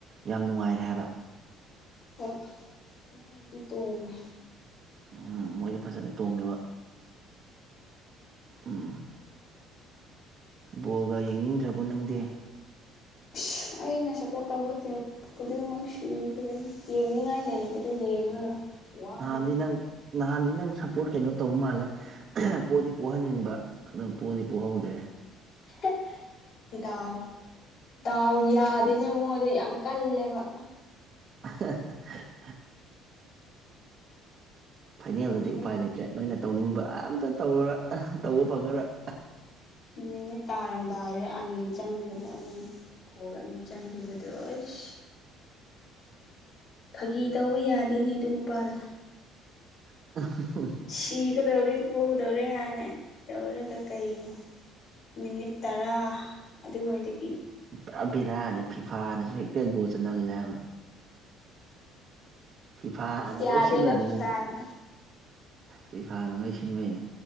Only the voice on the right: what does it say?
ꯌꯥꯝ ꯅꯨꯡꯉꯥꯏꯔꯦ ꯍꯥꯏꯕ
ꯎ ꯃꯣꯏꯗꯤ ꯐꯖꯅ ꯇꯣꯡꯉꯤꯕ ꯎꯝ ꯕꯣꯜꯒ ꯌꯦꯡꯅꯤꯡꯗ꯭ꯔꯕꯣ ꯅꯪꯗꯤ
ꯅꯍꯥꯟꯗꯤ ꯅꯪ ꯅꯍꯥꯟꯗꯤ ꯅꯪ ꯁꯞꯄꯣꯔꯠ ꯀꯩꯅꯣ ꯇꯧ ꯃꯥꯜꯂꯦ <unintelligible> ꯄꯣꯗꯤ ꯄꯣꯍꯟꯅꯤꯡꯕ ꯑꯗꯨ ꯄꯣꯗꯤ ꯄꯣꯛꯍꯧꯗ꯭ꯔꯦ
<unintelligible> ꯐꯥꯏꯅꯦꯜꯗꯗꯤ
ꯎꯄꯥꯏ ꯂꯩꯇ꯭ꯔꯦ ꯅꯣꯏꯅ ꯇꯧꯅꯤꯡꯕ ꯑꯝꯇ ꯇꯧꯔ ꯇꯧꯕ ꯐꯪꯉꯔꯣꯏ
<unintelligible>
ꯄꯨꯔꯤ ꯕꯦꯔꯥꯅꯤ ꯐꯤꯐꯥꯅꯁꯨ ꯍꯦꯛꯇ ꯒꯣꯜ ꯆꯟꯁꯜꯂꯦ ꯍꯥꯢꯕ ꯐꯤꯐꯥꯅ
ꯂꯣꯏꯁꯤꯜꯂꯤꯅꯤ
ꯐꯤꯐꯥꯅ ꯂꯣꯏꯁꯤꯟꯕꯩꯅꯦ